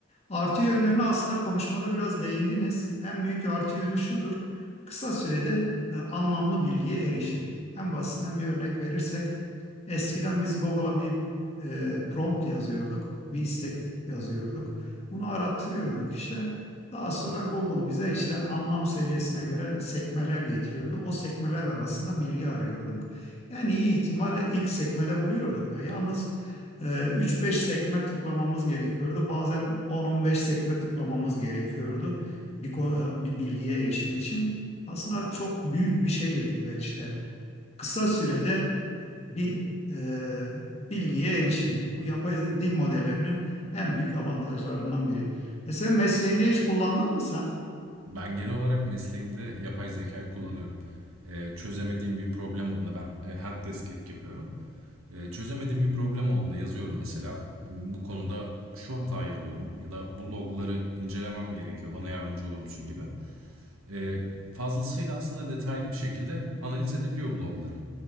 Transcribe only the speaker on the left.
Artı yönlerine aslında konuşmada biraz değindiniz. En büyük artı yönü şudur. Kısa sürede e, anlamlı bilgiye erişim. En basitinden bir örnek verirsek, eskiden biz Google'a bir e, prompt yazıyorduk, bir istek yazıyorduk. Bunu arattırıyorduk işte. Daha sonra Google bize işte anlam seviyesine göre sekmeler getiriyordu. O sekmeler arasında bilgi arıyorduk. En iyi ihtimalle ilk sekmede buluyorduk da. Yalnız ee, 3-5 sekme tıklamamız gerekiyordu. Bazen 10-15 sekme tıklamamız gerekiyordu bir, konu- bir bilgiye erişim için. Aslında çok büyük bir şey getirdiler işte. Kısa sürede bir e, bilgiye erişim. Bu yapay dil modellerinin en büyük avantajlarından biri. Mesela mesleğinde hiç kullandın mı sen?